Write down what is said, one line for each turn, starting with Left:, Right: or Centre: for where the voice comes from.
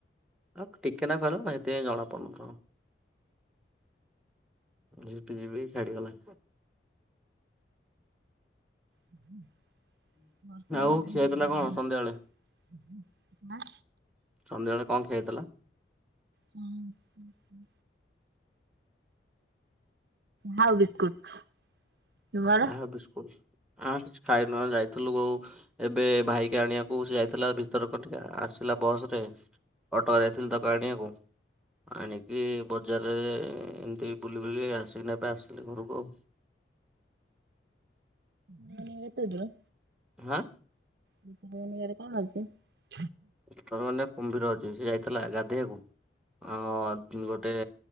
Centre: ଆଉ ଟିକେ ନାକୁ ହେଲା ନା ସେଥିପାଇଁ ଜଣା ପଡୁ ନଥିବ। ଝିପି ଝିପି ହେଇ ଛାଡିଗଲା।
Right: ହୁଁ। ବର୍ଷା
Centre: ଆଉ
Right: <unintelligible>
Centre: ଖିଆ ହେଇଥିଲା କଣ ସନ୍ଧ୍ୟାବେଳେ
Right: ଆ।
Centre: ସନ୍ଧ୍ୟାବେଳେ କଣ ଖିଆହେଇଥିଲା?
Right: ହୁଁ ହୁଁ ହୁଁ। ଚା ବିସ୍କୁଟ। ତୁମର?
Centre: ଚାହା ବିସ୍କୁଟ। ଆଁ କିଛି ଖାଇନୁ ଆଉ ଯାଇଥିଲୁ ଏବେ ଭାଇକି ଆଣିବାକୁ ସେ ଯାଇଥିଲା ଭିତରକନିକା ଆସ ଆସିଲା ବସରେ ଅଟୋ ଯାଇଥିଲି ତାକୁ ଆଣିବାକୁ ଆଣିକି ବ ବଜାରରେ ଏମିତି ବୁଲି ବୁଲି ଆସିକିନା ଏବେ ଆସିଲି ଘରକୁ ଆଉ।
Right: ନାଇ ଏଇ କଉଦିନ
Centre: ହାଁ।
Right: ଭିତରକନିକା ରେ କଣ ଯାଉଛ।
Centre: ଭିତରକନିକା କୁମ୍ଭୀର ଅଛି ସେ ଯାଇଥିଲା ଗାଧେଇବାକୁ ଆଉ ଗୋଟେ